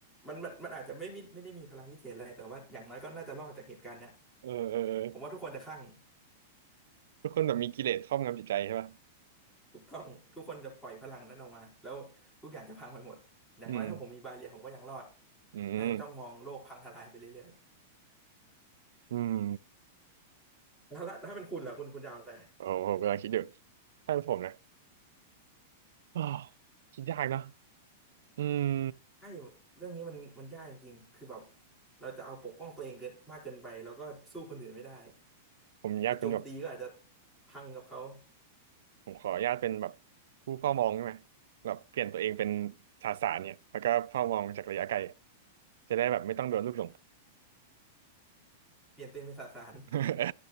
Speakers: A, in the centre; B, on the right.
A: มันมันมันอาจจะไม่มีไม่ได้มีพลังพิเศษอะไรแต่ว่าอย่างน้อยก็น่าจะรอดจากเหตุการณ์เนี้ย
B: เออเออเออ
A: ผมว่าทุกคนจะคลั่ง
B: ทุกคนแบบมีกิเลสครอบงำจิตใจใช่ป่ะ
A: ถูกต้องทุกคนจะปล่อยพลังนั้นออกมาแล้วทุกอย่างจะพังไปหมดอย่างไรถ้าผมมีบาเรียผมก็ยังรอด
B: อืมอืม
A: นั่งจ้องมองโลกพังทลายไปเรื่อย
B: อืม
A: ๆแล้วละถ้าเป็นคุณล่ะคุณคุณจะเอาอะไร
B: โอ้ผมกำลังคิดอยู่ถ้าเป็นผมนะอ้าว <sighs> คิดยากเนาะอืม
A: ใช่เรื่องนี้มันมันยากจริงๆคือแบบเราจะเอาปกป้องตัวเองเกินมากเกินไปแล้วก็สู้คนอื่นไม่ได้
B: ผมอยากเป็นแบบ
A: จะโจมตีก็อาจจะพังกับเขา
B: ผมขออนุญาตเป็นแบบผู้เฝ้ามองได้ไหมแบบเปลี่ยนตัวเองเป็นสาสารเนี่ยแล้วก็เฝ้ามองจากระยะไกลจะได้แบบไม่ต้องโดนลูกหลง
A: เปลี่ยนตัวเองเป็นสสาร
B: <laughs> เออ